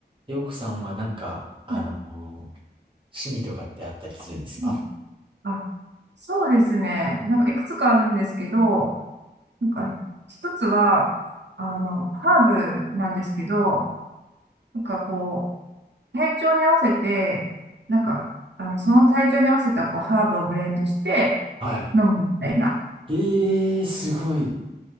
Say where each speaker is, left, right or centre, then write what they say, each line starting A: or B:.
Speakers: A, on the right; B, on the right.
A: りょうこさんはなんか、あの、
B: はい
A: 趣味とかってあったりするんですか
B: はいあ、そうですね。なんかいくつかあるんですけど、なんか一つは、あの、ハーブなんですけど、なんかこう、体調に合わせて、なんか、あの、その体調に合わせたこう、ハーブをブレンドして
A: はい。
B: 飲むみたいな、
A: ええー、すごい、